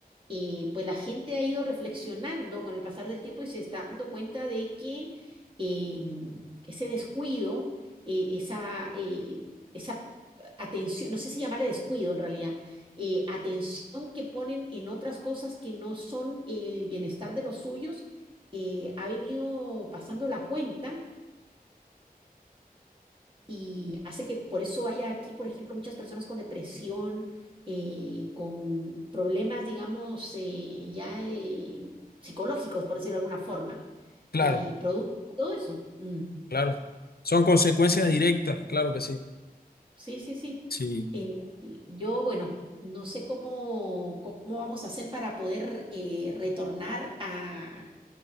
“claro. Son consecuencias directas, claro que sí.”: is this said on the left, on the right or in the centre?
Left